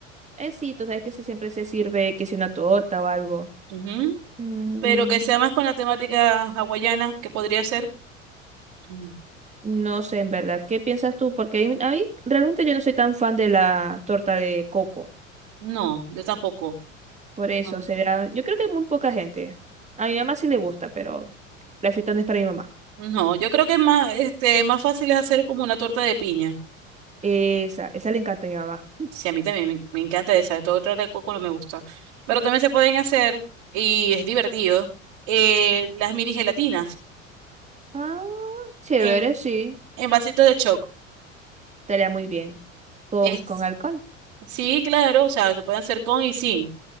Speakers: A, on the right; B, on the right.
A: Eh, sí, tú sabes que se- siempre se sirve que si una torta o algo.
B: Ujú.
A: Mm,
B: Pero que sea más con la temática hawaiana, que podría ser? Mm,
A: No sé, en verdad, ¿qué piensas tú? Porque a mí, a mí realmente yo no soy tan fan de la torta de coco.
B: No, yo tampoco.
A: Por eso,
B: No,
A: sería, yo creo que muy poca gente. A mi mamá sí le gusta, pero la fiesta no es para mi mamá.
B: No, yo creo que es más, este, más fácil es hacer como una torta de piña.
A: Esa, esa le encanta a mi mamá.
B: Sí, a mí también me, me encanta esa, todo otro de coco no me gusta. Pero también se pueden hacer, y es divertido, eh, las mini gelatinas
A: Ah, chévere,
B: en,
A: sí.
B: en vasitos de choc.
A: Estaría muy bien. ¿Con,
B: Es,
A: con alcohol?
B: sí, claro, o sea, se pueden hacer con y sin.